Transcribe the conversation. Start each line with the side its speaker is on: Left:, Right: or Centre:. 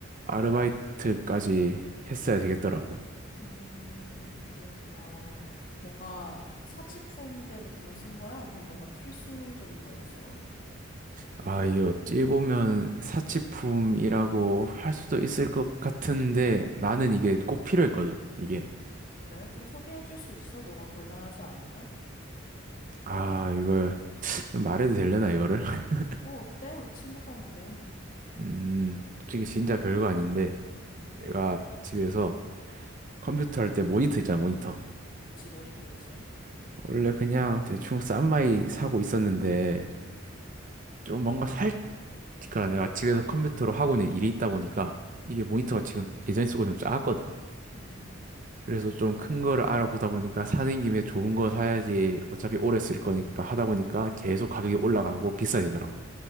Right: 아르바이트까지 했어야 되겠더라고.
Left: 음, 그렇구나. 뭔가 사치품 때문에 돈을 쓴 거야? 아니면 뭔가 필수적인 거였어?
Right: 아, 이게 어찌 보면 사치품이라고 할 수도 있을 것 같은데 나는 이게 꼭 필요했거든. 이게.
Left: 그래, 좀 소개해 줄 수 있어? 너가 곤란하지 않으면?
Right: 아, 이거 좀 말해도 되려나 이거를? <laughs>
Left: 뭐 어때? 우리 친구 사이인데.
Right: 음, 솔직히 진짜 별거 아닌데
Left: 음,
Right: 내가 집에서 컴퓨터 할 때 모니터 있잖아, 모니터.
Left: 그치, 모니터 있지.
Right: 원래 그냥 대충 싼 마이 사고 있었는데
Left: 음,
Right: 좀 뭔가 살 그러니까 내가 집에서 컴퓨터로 하고 있는 일이 있다 보니까 이게 모니터가 지금 예전에 쓰고 좀 작았거든.
Left: 음.
Right: 그래서 좀 큰 거를 알아보다 보니까 사는 김에 좋은 거 사야지 어차피 오래 쓸 거니까 하다 보니까 계속 가격이 올라가고 비싸지더라고.